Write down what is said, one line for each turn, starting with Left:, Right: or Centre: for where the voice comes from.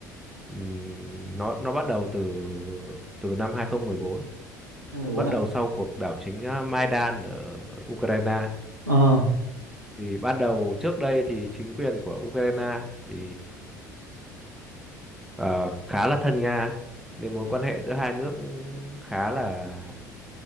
Centre: ừm, nó nó bắt đầu từ từ năm hai không một bốn
Right: Năm 14
Centre: bắt
Right: à?
Centre: đầu sau cuộc đảo chính ờ, Maidan ở Ukraine
Right: Ờ.
Centre: Thì ban đầu trước đây thì chính quyền của Ukraine thì ờ, khá là thân Nga nên mối quan hệ giữa hai nước cũng khá là